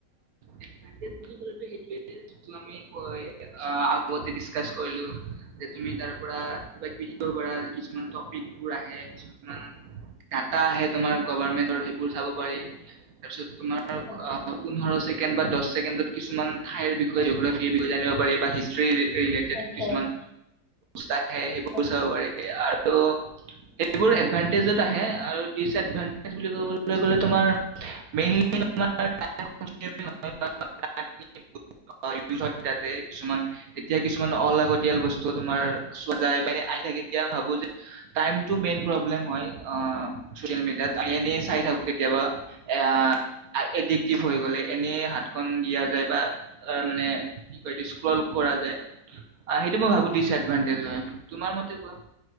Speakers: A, on the right; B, on the left.
A: ডিফৰাইণ্টিভ বোলে কলেটো সেইটুয়ে যিটো আমি ক আগতে ডিস্কাশ কৰিলো যে তুমি তাৰ পৰা কিবা কিবি শিকিব পাৰা কিছুমান টপিকবোৰ আহে কিছুমান ডাটা আহে তোমাৰ গভমেন্টৰ সেইবোৰ চাব পাৰি তাৰপিছত আৰু ক
B: আচ্ছা
A: অ পোন্ধৰছেকেণ্ড ছেকেণ্ড বা দহ ছেকেণ্ডত কিছু ঠাই বিষয়ে জ'গ্ৰাফ বিষয়ে জানিব পাৰি বা হিষ্ট্ৰ্ৰী ৰিলে ৰিলেটেড
B: আচ্ছা
A: কিছুমান
B: অ
A: আহে সেইবোৰ
B: আচ্ছা
A: চাব পাৰি আৰু ত' এইবোৰ এডভানটেজত আহে আৰু ডিচএডভানটেজ বুলি ক'বলৈ গলে তোমাৰেই মেইনলী তিয়া কিছুমান অলাগতয়াল বস্তু তোমাৰ চ ম আহি থাকে তেতিয়া ভাবো যে টাইমটো মেইন প্ৰব্লেম হয় অ চচিয় মিডিয়াত এনে চাই থাকো কেতিয়াবা এ <inaudible> এডিক্টিভ হৈ গলে এনেই হাতখনন দিয়া যায় বা মানে কি কয় এই স্ক্ৰল কৰা যায় সেইটো মই ভাবো দিছে হয় তোমাৰ মতে কোৱা